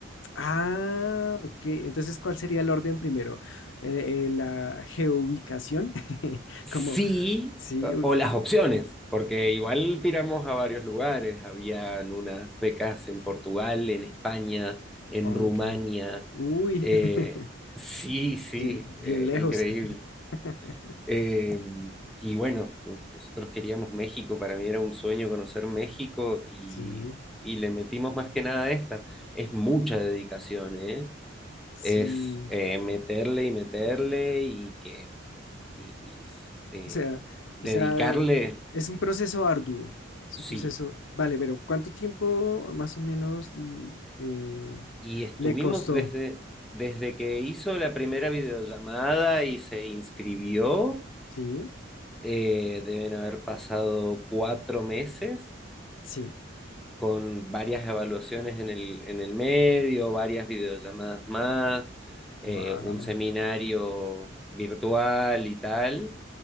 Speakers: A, on the left (about 70°); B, in the centre.
A: Ah, ok. Entonces, ¿cuál sería el orden primero? Eh, eh, la geoubicación. <laughs>
B: Sí,
A: Como, sí,
B: o
A: u-
B: o las opciones, porque igual tiramos a varios lugares, habían unas becas en Portugal, en España, en
A: ok.
B: Rumania.
A: Uy,
B: eh,
A: <laughs>
B: sí, sí,
A: sí, bien
B: eh,
A: lejos.
B: increíble.
A: <laughs>
B: Eh, y bueno, nos- nosotros queríamos México, para mí era un sueño conocer México y,
A: Sí,
B: y le metimos más que nada a esta. Es mucha dedicación, ¿eh?
A: sí.
B: Es eh, meterle y meterle y que y, y, eh,
A: O sea,
B: dedicarle,
A: o sea, es un proceso arduo. Es
B: sí.
A: un proceso. Vale, pero ¿cuánto tiempo más o menos l- eh,
B: Y estuvimos
A: le costó?
B: desde, desde que hizo la primera videollamada y se inscribió,
A: Sí,
B: eh, deben haber pasado cuatro meses
A: sí.
B: con varias evaluaciones en el, en el medio, varias videollamadas más, eh,
A: Wow.
B: un seminario virtual y tal.